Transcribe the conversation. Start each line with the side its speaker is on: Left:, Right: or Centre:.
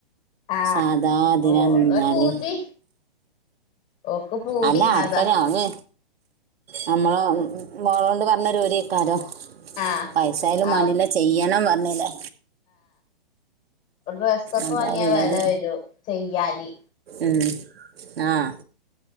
Left: ആ
Right: സാധാ അധിനന്ന
Left: ഓളെ
Right: ഒരിങ്ങിയാല്
Left: പൂതി ഓക്ക് പൂതി
Right: അല്ല ആർക്കാര്
Left: അതാ
Right: അത് നമ്മള് മോള കൊണ്ട് പറഞ്ഞരുരിക്കാരോ
Left: ആ
Right: പൈസായാലും
Left: ആ
Right: വേണ്ടില്ല ചെയ്യണം പറഞ്ഞിലേ
Left: ഡ്രസ്സ ഒക്കെ
Right: അതാ
Left: വാങ്ങിയാ
Right: ഉള്ളത്
Left: വില വരൂ ചെയ്യാന്
Right: ഉം ആഹ്